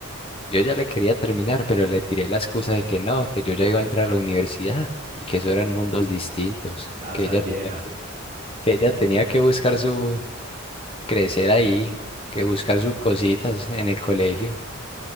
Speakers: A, on the left (about 25°); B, on the right (about 40°).
A: Yo ya le quería terminar, pero le tiré la excusa de que no, que yo ya iba a entrar a la universidad y que eso eran mundos distintos,
B: Ah,
A: que
B: esa
A: ella
B: es vieja.
A: tenía que, que ella tenía que buscar su crecer ahí, que buscar sus cositas en el colegio,